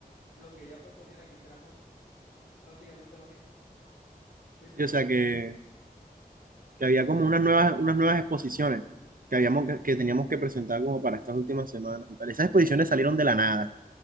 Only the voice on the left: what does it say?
lo que ella proponía era que hiciéramos prácticamente lo mismo. Simplemente
que,
sí,
sí,